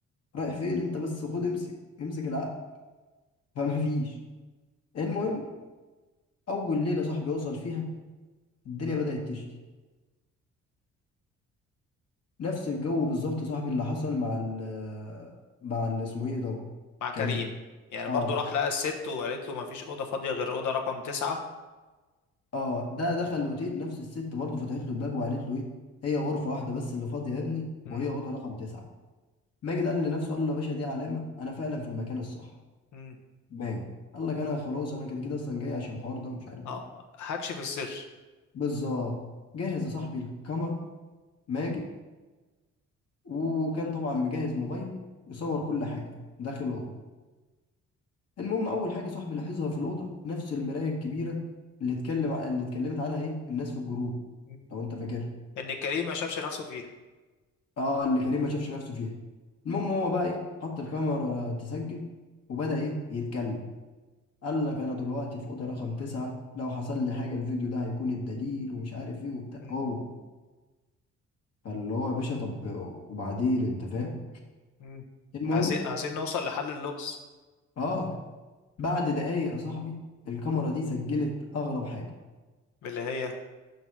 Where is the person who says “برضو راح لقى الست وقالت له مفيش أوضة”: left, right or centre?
Left